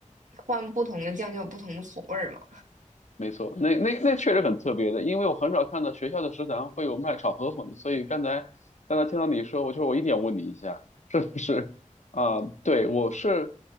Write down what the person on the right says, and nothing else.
换不同的酱就有不同的口味儿嘛。